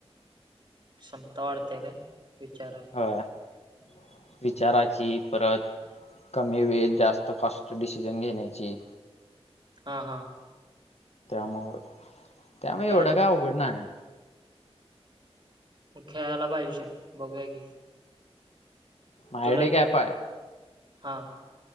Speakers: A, on the right; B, on the left.
A: क्षमता वाढते काय विचार <unintelligible>
B: <unintelligible> विचाराची परत कमी वेळेत जास्त फास्ट डिसिजन घेण्याची
A: हां हां.
B: त्यामुळ, त्यामुळे
A: मग खेळ
B: एवढं काय अवघड नाय आहे.
A: मग खेळायला पाहिजे बघूया की,
B: माझ्याकडे
A: तुला येते
B: एक ॲप
A: का?
B: आहे
A: हां.